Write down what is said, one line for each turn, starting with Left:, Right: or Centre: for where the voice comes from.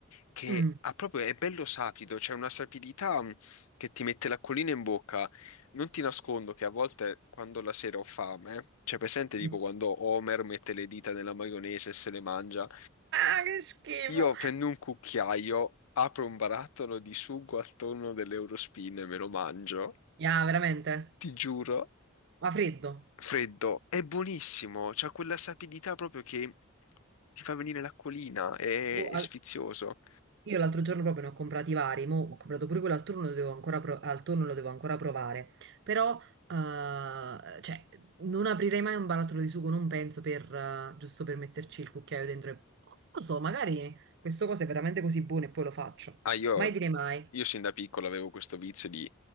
Left: che
Right: Mm.
Left: ha proprio, è bello sapido, c'è una sapidità mh, che ti mette l'acquolina in bocca. Non ti nascondo che a volte quando la sera ho fame, cioè presente tipo
Right: Mm.
Left: quando Homer mette le dita nella maionese e se le mangia,
Right: Ah, che schifo!
Left: Io prendo un cucchiaio, apro un barattolo di sugo al tonno dell'Eurospin e me lo mangio.
Right: Yeah, veramente?
Left: Ti giuro,
Right: Ma freddo.
Left: freddo, è buonissimo, c'ha quella sapidità proprio che ti fa venire l'acquolina, è,
Right: Boh,
Left: è
Right: al-
Left: sfizioso.
Right: Io l'altro giorno proprio ne ho comprati vari, mo ho comprato pure quello al turno, lo devo ancora pro- al tonno lo devo ancora provare, però eh, cioè, non aprirei mai un barattolo di sugo, non penso per, eh, giusto per metterci il cucchiaio dentro e non lo so, magari questo cosa è veramente così buono e poi lo faccio.
Left: Ah, io,
Right: Mai dire mai,
Left: io sin da piccolo avevo questo vizio di